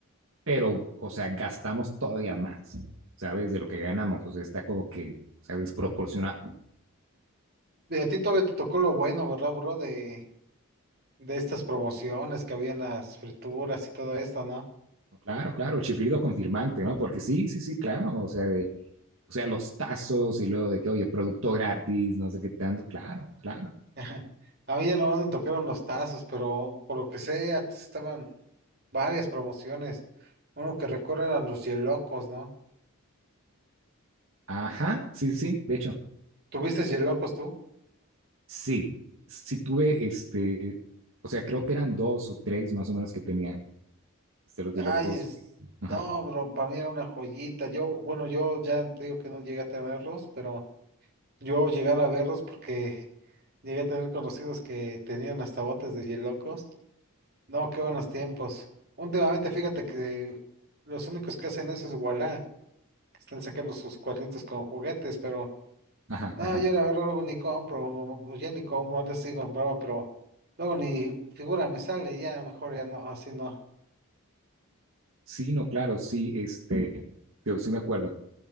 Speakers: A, on the right; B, on the right.
A: pero, o sea, gastamos todavía más, ¿sabes? De lo que ganamos, o sea, está como que, o sea, desproporcionado.
B: y a ti todavía te tocó lo bueno, ¿verdad, bro? De, de estas promociones que había en las frituras y todo esto, ¿no?
A: Claro, claro, chiflido confirmante, ¿no? Porque sí, sí, sí, claro, o sea, de, o sea, los tazos y luego de que, oye, producto gratis, no sé qué tanto, claro, claro.
B: <laughs> A mí ya nomás me tocaron los tazos, pero por lo que sé, antes estaban varias promociones. Uno que recuerdo eran los yelocos, ¿no?
A: Ajá, sí, sí, sí, de hecho,
B: ¿Tuviste yelocos tú?
A: sí, sí tuve este, o sea, creo que eran dos o tres más o menos que tenía, este, los
B: Ay,
A: de locos.
B: es,
A: Ajá,
B: no, bro, para mí era una joyita. Yo, bueno, yo ya te digo que no llegué a tenerlos, pero yo llegar a verlos porque <laughs> llegué a tener conocidos que tenían hasta botes de hielocos. No, qué buenos tiempos. Últimamente, fíjate que los únicos que hacen eso es Ualá, que están sacando sus cuernitos con juguetes, pero
A: ajá,
B: no,
A: ajá.
B: yo la verdad luego ni compro, o- o ya ni compro, antes sí compraba, pero luego ni figura me sale, ya mejor ya no, así no.
A: Sí, no, claro, sí, este, digo, sí me acuerdo.